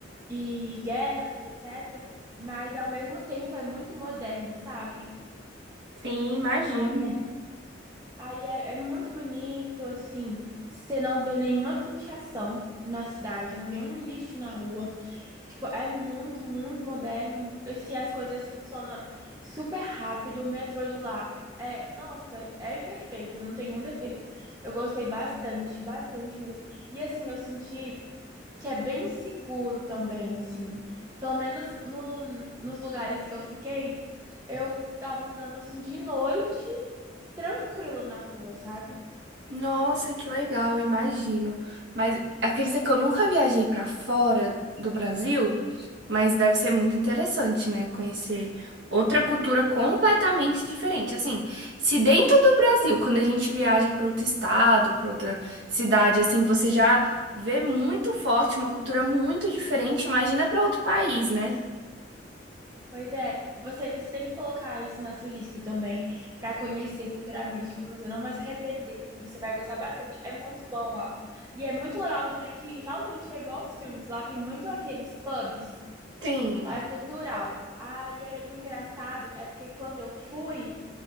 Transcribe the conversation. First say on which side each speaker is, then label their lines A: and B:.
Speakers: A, on the right; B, on the right.
A: e guerras, etc. Mas, ao mesmo tempo, é muito moderna, sabe?
B: sim, imagino.
A: Aí é Aí é, é muito bonito, assim, você não vê nenhuma pinchação na cidade, não vê um lixo na rua. Tipo, é muito, muito moderno. Assim, as coisas funcionam super rápido, o metrô de lá. É, nossa, é perfeito, não tem um defeito. Eu gostei bastante, bastante mesmo. E assim, eu senti que é bem seguro também, assim. Pelo menos no, no- nos lugares que eu fiquei, eu tava andando assim de noite, tranquilo na rua, sabe?
B: Nossa, que legal, imagino. Mas acredita que eu nunca viajei pra fora do Brasil, mas deve ser muito interessante, né? Conhecer outra cultura completamente diferente. Assim, se dentro do Brasil, quando a gente viaja pra outro estado, pra outra cidade, assim, você já vê muito forte uma cultura muito diferente, imagina pra outro país, né?
A: Pois é, você, você tem que colocar isso na sua lista também, para conhecer futuramente, que você não vai se arrepender. Você vai gostar bastante. É muito bom lá. E é muito legal também que realmente é igual os filmes. Lá tem muito aqueles pubs,
B: Tem.
A: lá é cultural. Aí aí, o engraçado é porque quando eu fui,